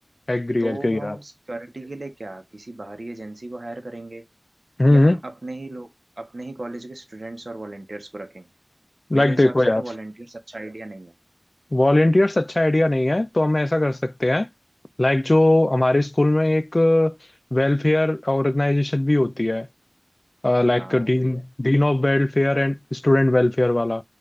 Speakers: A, on the left (about 45°); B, on the right (about 75°).
A: एग्री
B: तो
A: एग्री
B: हम
A: यार
B: सिक्योरिटी के लिए क्या किसी बाहरी एजेंसी को हायर करेंगे
A: हम्म
B: या हम अपने ही लोग अपने ही कॉलेज के स्टूडेंट्स और वॉलेंटियर्स को रखेंगे मेरे
A: लाइक
B: हिसाब
A: देखो यार
B: से तो वॉलंटियर्स अच्छा आइडिया नहीं है
A: वॉलेंटियर्स अच्छा आइडिया नहीं है तो हम ऐसा कर सकते हैं लाइक जो हमारे स्कूल में एक वेलफेयर ऑर्गेनाइजेशन भी होती है like
B: हाँ होती
A: dean
B: है
A: dean of welfare and student welfare वाला